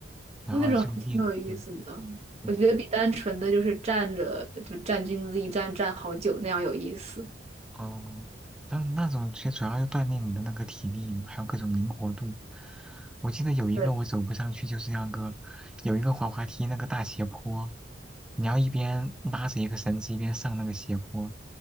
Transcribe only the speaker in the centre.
然后就练，
嗯，对，
哦，当那种其实主要是锻炼你的那个体力，还有各种灵活度。我记得有一个我走不上去，
就是那个有一个滑滑梯那个大斜坡，你要一边拉着一个绳子一边上那个斜坡，